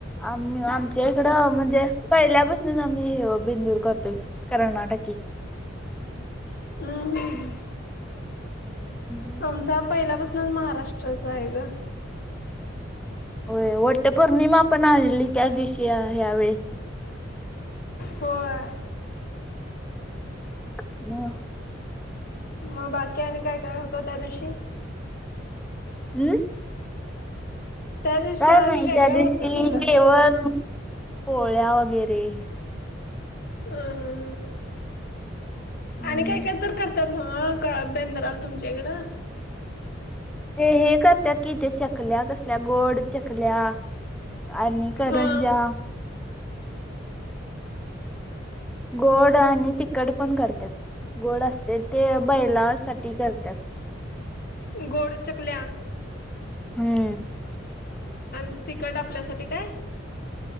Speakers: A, in the centre; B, on the left.
A: आम-आमच्या इकडं म्हणजे पहिल्यापासनच आम्ही बिंदूर करतोय. कर्नाटकी.
B: हम्म.
A: हम्.
B: आमचा पहिल्यापसन महाराष्ट्राच हाय ग.
A: होय वट्ट पौर्णिमा पण आलेली त्याच दिवशी ह्या वेळी.
B: होय.
A: म.
B: म- बाकी आणि काय काय होतं त्या दिवशी?
A: हम्?
B: त्या दिवशी
A: काय
B: आणि
A: नाय त्या
B: काय
A: दिवशी
B: होतं म्हणलं
A: जेवण पोळ्या वगैरे.
B: <unintelligible>
A: हम्म
B: आणि काय काय तर करतात न्हव बेंदराल तुमच्याइकडं?
A: ते हे करत्यात कि ते चकल्या तसल्या गोड चकल्या. आणि करंजा
B: हा
A: गोड आणि तखट पण करत्यात. गोड असते ते बैलासाठी करत्यात.
B: गोड चकल्या?
A: हम्म.
B: अन् तिकट आपल्यासाठी काय?